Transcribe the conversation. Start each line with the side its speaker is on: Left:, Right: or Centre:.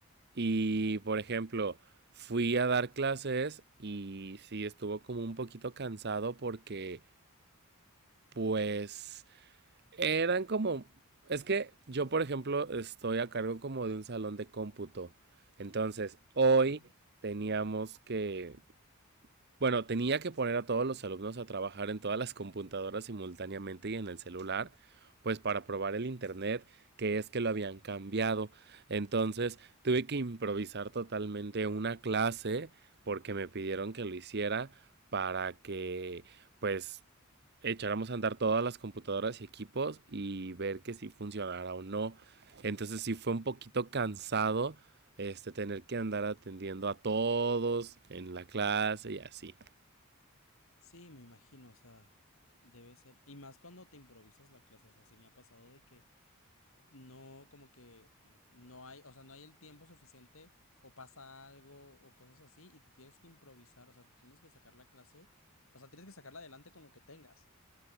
Right: y por ejemplo, fui a dar clases y sí estuvo como un poquito cansado porque, pues, eran como... Es que yo, por ejemplo, estoy a cargo como de un salón de cómputo. Entonces, hoy
Left: Ah.
Right: teníamos que Bueno, tenía que poner a todos los alumnos a trabajar en todas las computadoras simultáneamente y en el celular, pues para probar el internet, que es que lo habían cambiado. Entonces, tuve que improvisar totalmente una clase porque me pidieron que lo hiciera para que, pues, echáramos a andar todas las computadoras y equipos y ver que si funcionara o no. Entonces, sí fue un poquito cansado este tener que andar atendiendo a todos en la clase y así.
Left: Sí, me imagino, o sea, debe ser. Y más cuando te improvisas la clase, o sea, sí me ha pasado de que no, como que no hay, o sea, no hay el tiempo suficiente o pasa algo o cosas así y te tienes que improvisar, o sea, tienes que sacar la clase, o sea, tienes que sacarla adelante con lo que tengas.